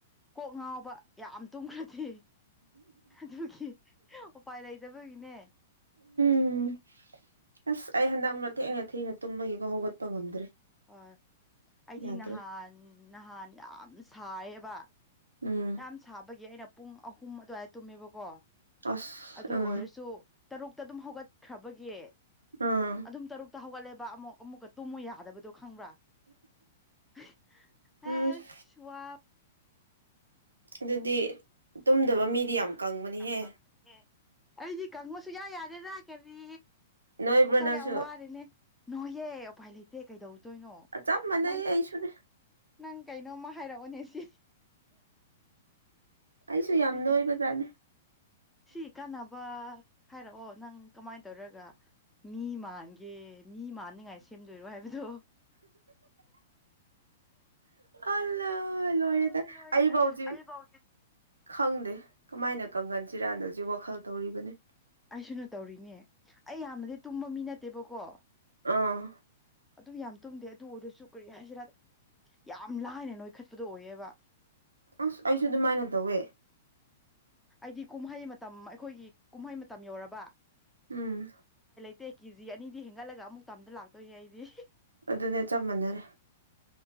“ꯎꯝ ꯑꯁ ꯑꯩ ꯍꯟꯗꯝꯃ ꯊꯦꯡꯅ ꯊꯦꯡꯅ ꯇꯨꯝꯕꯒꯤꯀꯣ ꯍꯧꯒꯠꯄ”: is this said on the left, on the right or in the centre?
Right